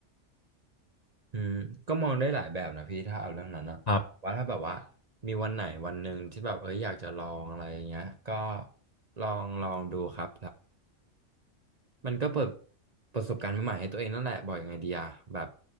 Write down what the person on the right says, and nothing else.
อืมก็มองได้หลายแบบนะพี่ถ้าเอาเรื่องนั้นนะว่าถ้าแบบว่า
มีวันไหนวันหนึ่งที่แบบเอ้ยอยากจะลองอะไรอย่างเงี้ยก็ลองลองดูครับ มันก็เปิดประสบการณ์ใหม่ๆให้ตัวเองนั่นแหละบอกยังไงดีอะแบบ